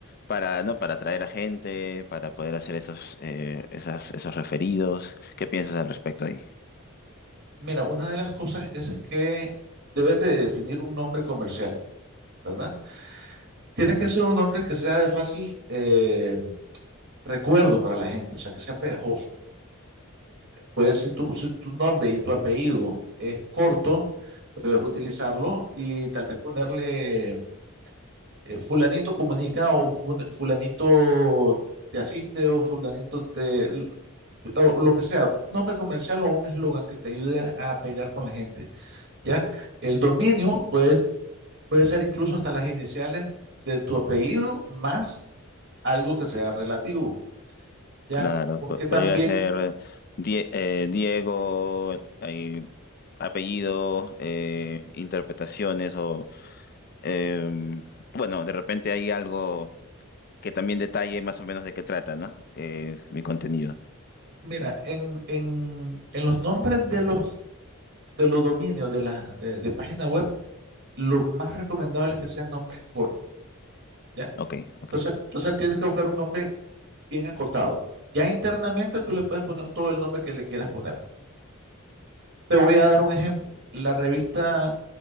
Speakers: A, on the left; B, on the right.
A: Para, ¿no? para atraer a gente, para poder hacer esos, eh, esas, esos referidos. ¿Qué piensas al respecto ahí?
B: Mira, una de las cosas es que debes de definir un nombre comercial, ¿verdad? Tienes que ser un nombre que sea de fácil eh, recuerdo para la gente, o sea, que sea pegajoso. Puedes, si tu, si tu nombre y tu apellido es corto, puedes utilizarlo y tal vez ponerle eh, fulanito comunica o fun- fulanito te asiste o fulanito te... o lo que sea, un nombre comercial o un eslogan que te ayude a pegar con la gente, ¿ya? El dominio puede, puede ser incluso hasta las iniciales de tu apellido más algo que sea relativo, ¿ya?
A: Claro,
B: Porque
A: po- podría
B: también
A: ser eh, Die- eh, Diego, hay apellidos, eh, interpretaciones o, eh, bueno, de repente hay algo que también detalle más o menos de qué trata, ¿no? Que es mi contenido.
B: Mira, en, en, en los nombres de los, de los dominios de la de, de página web, lo más recomendable es que sean nombres cortos, ¿ya?
A: Ok, ok,
B: Entonces, entonces tienes que buscar un nombre bien acotado. Ya internamente tú le puedes poner todo el nombre que le quieras poner. Te voy a dar un ejemplo. La revista